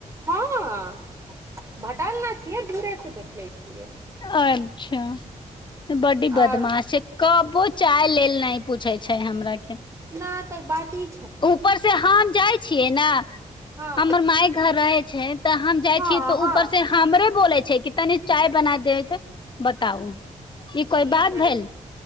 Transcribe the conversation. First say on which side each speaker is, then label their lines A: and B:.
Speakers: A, on the right; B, on the left.
A: हँ भटल न छियै दूरे से देखले छियै। <unintelligible>
B: अच्छा बड्डी बदमाश
A: आओर
B: छै। कबू चाय लेल न पूछे छै हमरा के।
A: कहाँ तक बाती
B: ऊपर से हम जाइ छियै ने
A: हँ
B: हमर माय घर रहै छै। तऽ हम जाइ
A: हँ
B: छीयै तऽ
A: हँ
B: ऊपर से हमरे बोलै छै की तनी चाय बना दैथ? बताउ ई
A: की
B: कोइ बात
A: करब
B: भेल